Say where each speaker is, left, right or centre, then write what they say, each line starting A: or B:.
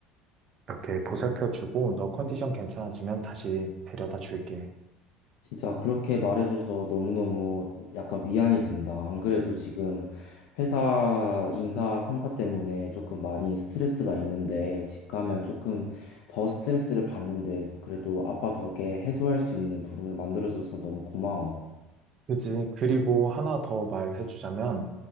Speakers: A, on the right (about 30°); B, on the left (about 65°).
A: 이렇게 보살펴주고 너 컨디션 괜찮아지면 다시 데려다 줄게.
B: 진짜 그렇게 말해줘서 너무너무 약간 미안이 된다. 안 그래도 지금 회사 인사 평가 때문에 조금 많이 스트레스가 있는데 집 가면 조금 더 스트레스를 받는데 그래도 아빠 덕에 해소할 수 있는 부분 만들어줘서 너무 고마워.
A: 그지? 그리고 하나 더 말해주자면